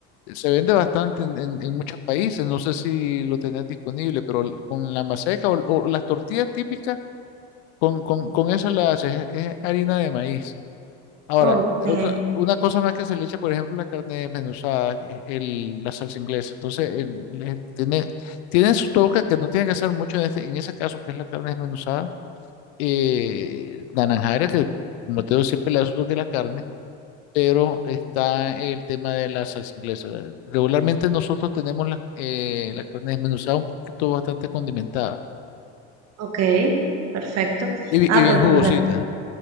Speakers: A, on the left; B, on the right.
A: se vende bastante en, en- en muchos países, no sé si lo tenés disponible, pero l- con la maseca o, o las tortillas típicas, con, con, con eso la haces, es harina de maíz. Ahora,
B: ok.
A: otra, una cosa más que se le echa, por ejemplo, la carne desmenuzada, que es el, la salsa inglesa. Entonces, el- le- tiene, tiene su toque que no tiene que hacer mucho en, este, en ese caso, que es la carne desmenuzada eh, la naranjara, que como te digo, siempre le asocio que la carne, pero está el tema de la salsa inglesa. Regularmente nosotros tenemos la, eh, la carne desmenuzada un poquito bastante condimentada
B: Ok, perfecto.
A: y, bi-
B: Ah,
A: y bien
B: pues
A: jugosita.
B: fíjate,